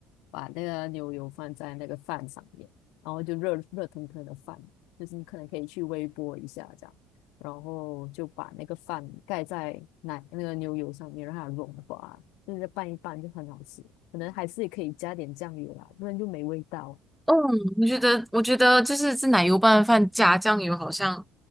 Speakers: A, on the left; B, in the centre.
A: 把那个牛油放在那个饭上面，然后就热热腾腾的饭，就是你可能可以去微波一下这样，然后就把那个饭盖在奶那个牛油上面，让它融化，就是拌一拌就很好吃。可能还是可以加点酱油啦，不然就没味道。
B: 嗯，我觉得，我觉得就是这奶油拌饭加酱油，好像